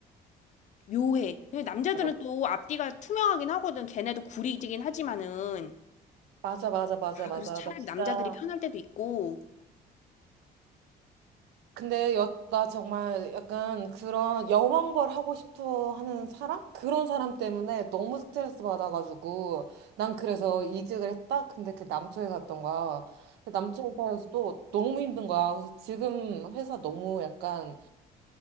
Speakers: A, on the left (about 45°); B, on the right (about 80°).
A: 묘해. 근데 남자들은
B: 알아.
A: 또 앞뒤가 투명하긴 하거든. 걔네도 구리지긴 하지만은.
B: 맞아, 맞아, 맞아,
A: 아,
B: 맞아.
A: 그래서 차라리
B: 나 진짜.
A: 남자들이 편할 때도 있고,
B: 근데 여, 나 정말 약간 그런 여왕벌 하고 싶어 하는 사람? 그런 사람 때문에 너무 스트레스 받아가지고 난 그래서 이직을 했다? 근데 그 남초에 갔던 거야. 근데 남초 회사에서 또 너무 힘든 거야. 그래서 지금 회사 너무 약간